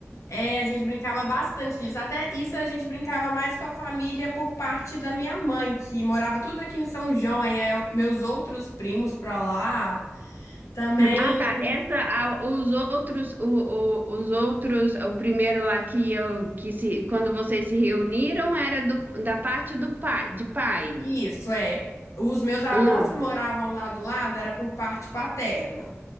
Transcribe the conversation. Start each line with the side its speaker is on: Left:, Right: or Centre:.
Left: é, a gente brincava bastante disso. Até isso a gente brincava mais com a família por parte da minha mãe, que morava tudo aqui em São João. Aí eu- meus outros primos pra lá também.
Right: Ah, tá. Essa, a- os outros, o, o- os outros, o primeiro lá que eu que se, quando vocês se reuniram era do, da parte do pai, de pai.
Left: Isso, é. Os meus avós
Right: Ah,
Left: que moravam lá do lado era por parte paterna.